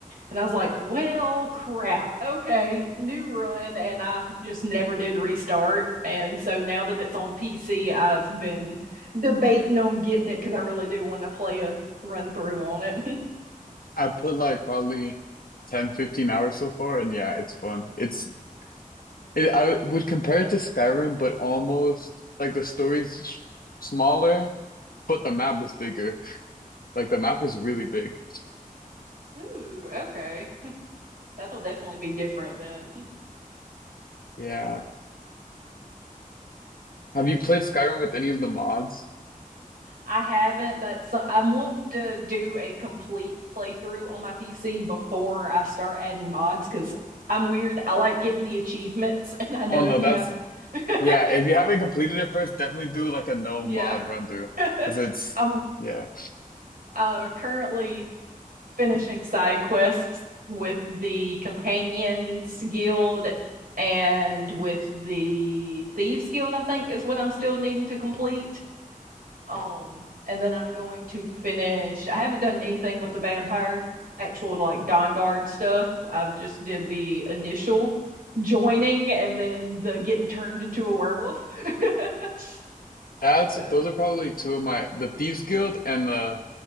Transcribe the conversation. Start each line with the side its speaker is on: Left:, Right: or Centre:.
Right: And I was like, well, crap. Okay, new run. And I just never did restart. And so now that it's on PC, I've been debating on getting it because I really do want to play a run through on it.
Left: I put like probably 10, 15 hours so far, and yeah, it's fun. It's it, I would compare it to Skyrim, but almost like the story's sh- smaller, but the map is bigger. Like the map is really big.
Right: <laughs> Ooh, okay. That'll definitely be different then. <laughs>
Left: Yeah, Have you played Skyrim with any of the mods?
Right: I haven't. That's I'm wanting to do a complete playthrough on my PC before I start adding mods because I'm weird. I like getting the achievements, <laughs> and I know
Left: Oh no,
Right: if you
Left: that's
Right: have, <laughs>
Left: yeah. If you haven't completed it first, definitely do like a no
Right: yeah.
Left: mod run through
Right: <laughs>
Left: because it's
Right: I'm
Left: yeah.
Right: uh, currently finishing side quests with the Companions Guild and with the Thieves Guild, I think is what I'm still needing to complete. Um, and then I'm going to finish. I haven't done anything with the vampire actual like Dawn Guard stuff. I've just did the initial joining and then the getting turned into a werewolf. <laughs>
Left: That's
Right: So
Left: those are probably two of my the Thieves Guild and the